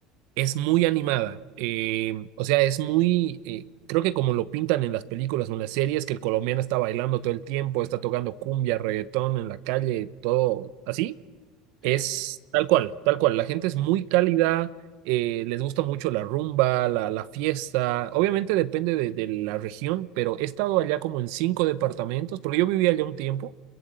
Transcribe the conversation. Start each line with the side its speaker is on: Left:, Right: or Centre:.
Right: Es muy animada, eh, o sea, es muy, eh, creo que como lo pintan en las películas o en las series, que el colombiano está bailando todo el tiempo, está tocando cumbia, reggaetón en la calle, todo así.
Left: ¿Sí?
Right: Es tal cual, tal cual. La
Left: <laughs>
Right: gente
Left: Ujú.
Right: es muy cálida, eh, les gusta mucho la rumba, la, la fiesta. Obviamente depende de, de la región, pero he estado allá como en cinco departamentos, porque yo vivía allá un tiempo,